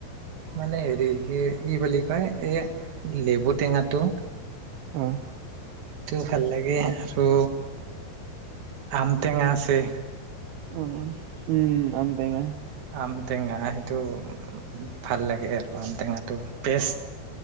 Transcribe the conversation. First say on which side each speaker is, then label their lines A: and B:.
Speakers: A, on the right (about 55°); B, on the right (about 75°).
A: মানে হেৰি কি-কি বুলি কয়, এই লেবু টেঙাটো
B: অ'।
A: সেইটোও ভাল লাগে আৰু। আম টেঙা তে
B: অ' উম। আম টেঙা
A: আম টেঙা টো ভাল লাগে আৰু, আমটেঙাটো পেষ্ট